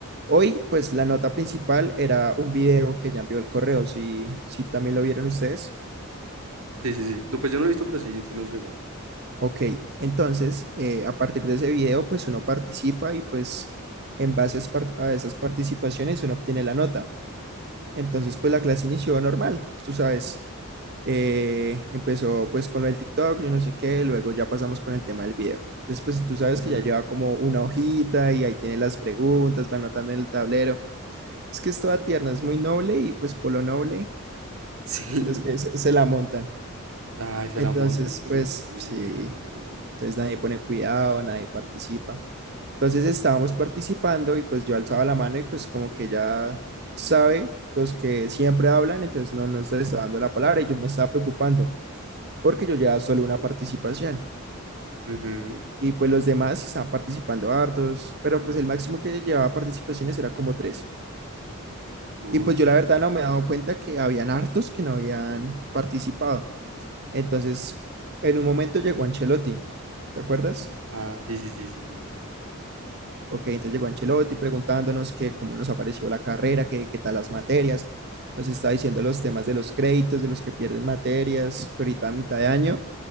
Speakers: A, on the right; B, on the right.
A: Hoy, pues la nota principal era un video que ya envió el correo, si, si también lo vieron ustedes.
B: Sí, sí, sí. No, pues yo no lo he visto, pero sí, sí nos llegó.
A: Ok, entonces, eh, a partir de ese video, pues uno participa y pues en base a esas par- a esas participaciones uno obtiene la nota. Entonces, pues la clase inició normal, tú sabes. Eh, empezó pues con lo del TikTok, yo no sé qué, luego ya pasamos con el tema del video. Después tú sabes
B: Ujú.
A: que ya lleva como una hojita y ahí tiene las preguntas, va anotando en el tablero. Es que es toda tierna, es muy noble y pues por lo noble
B: Sí.
A: es que
B: <laughs>
A: se, se la montan.
B: Ay, se
A: Entonces,
B: la montan, pero.
A: pues
B: Uy,
A: sí,
B: no.
A: entonces nadie pone cuidado, nadie participa. Entonces estábamos participando y pues yo alzaba la mano y pues como que ya sabe los que siempre hablan, entonces no nos está dando la palabra y yo me estaba preocupando porque yo ya solo una participación.
B: Ujú.
A: Y pues los demás sí estaban participando hartos, pero pues el máximo que llevaba participaciones era como tres.
B: Uy.
A: Y pues yo la verdad no me he dado cuenta que habían hartos que no habían participado. Entonces, en un momento llegó Ancelotti, ¿te acuerdas?
B: Ah, sí, sí, sí, sí, sí.
A: Ok, entonces llegó Ancelotti preguntándonos que cómo nos apareció la carrera, que qué tal las materias. Nos está diciendo los temas de los créditos, de los que pierden materias, que ahorita a mitad de año,